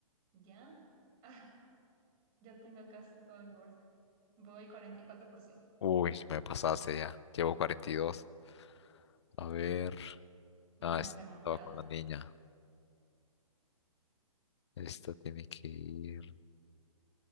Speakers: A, on the right; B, on the left.
A: ¿Ya? Ah, ya tengo casi todo el borde. Voy 44%.
B: Uy, me pasaste ya. Llevo 42. A ver.
A: Mm,
B: Ah,
A: La
B: esta
A: remontada.
B: estaba con la niña. Esta tiene que ir